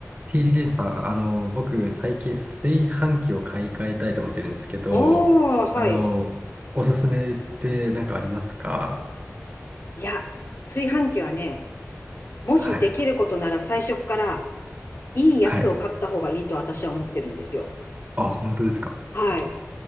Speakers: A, on the right; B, on the left.
A: TJ さん、あの、僕、
B: うん。
A: 最近炊飯器を買い替えたいと思ってるんですけど、
B: おー、はい。
A: あの、おすすめって何かありますか
B: いや、炊飯器はね、もしできることなら最初っから
A: はい。
B: いいやつを買った方がいいと私は思ってるんですよ。
A: はい。あ、本当ですか
B: はい。